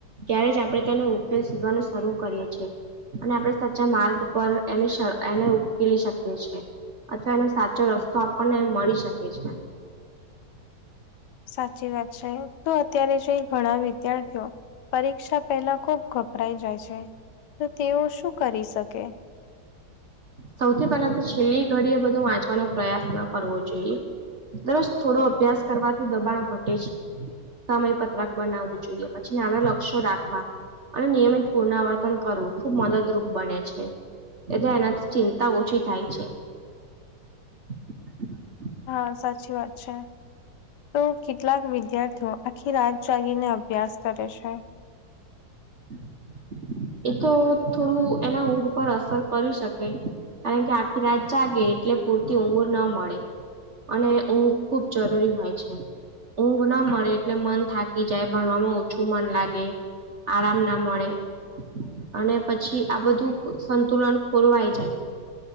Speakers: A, on the right (about 45°); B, on the left (about 80°).
A: ત્યારે જ આપણે તેનો ઉકેલ શોધવાનું શરૂ કરીએ છીએ. અને આપણે સાચ્ચા માર્ગ પર એની એને ઉકેલી શકીએ છે. અથવા એનો સાચો રસ્તો આપણને મળી શકે છે.
B: સાચી વાત છે તો અત્યારે જે ઘણા વિદ્યાર્થીઓ પરીક્ષા પહેલા ખુબ ગભરાઈ જાય છે તો તેઓ શું કરી શકે.
A: સૌથી પહેલા તો છેલ્લી ઘડી એ બધું વાંચવાનો પ્રયાસ ન કરવો જોઈએ. દરસ થોડો અભ્યાસ કરવાથી દબાણ ઘટે છે. સમય પત્રક બનાવવું જોઈએ પછી નાના લક્ષ્યો રાખવા. અને નિયમિત પુનરાવર્તન કરવું ખૂબ મદદરૂપ બને છે એ એના ચિંતા ઓછી થાય છે. <inaudible>
B: હા સાચી વાત છે તો કેટલાક વિદ્યાર્થીઓ આખી રાત જાગીને અભ્યાસ કરે છે.
A: <inaudible> એ તો થોડું એના ઊંઘ પર અસર કરી શકે. કારણ કે આખી રાત જાગે એટલે પૂરતી ઉંઘ ના મળે. અને ઊંઘ ખૂબ જરૂરી હોય છે. ઊંઘ ના મળે એટલે મન થાકી જાય ભણવામાં ઓછું મન લાગે. આરામ ના મળે અને પછી આ બધું સંતુલન ખોરવાય જાય.